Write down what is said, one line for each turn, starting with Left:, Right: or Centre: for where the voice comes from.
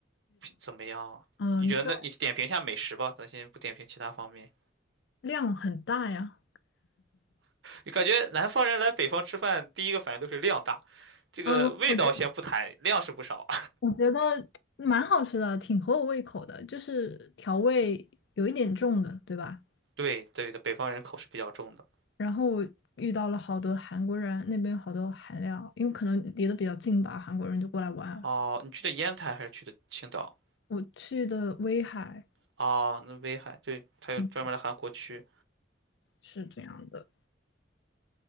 Right: 怎么样？
Left: 嗯，
Right: 你觉得那你点评一下美食吧，
Left: 但
Right: 咱先不点评其他方面。
Left: 量很大呀。
Right: 你感觉南方人来北方吃饭，第一个反应都是量大，这个味道先不谈，
Left: 嗯，我觉得
Right: 量是不少。
Left: 我觉得蛮好吃的，挺合我胃口的，就是调味有一点重的，对吧？
Right: <laughs> 对对的，北方人口是比较重的。
Left: 然后我遇到了好多韩国人，那边好多韩料，因为可能离得比较近吧，韩国人就过来玩啊。
Right: 哦，你去的烟台还是去的青岛？
Left: 我去的威海。
Right: 哦，那威海，对，它有专门的韩国区，
Left: 嗯。是这样的。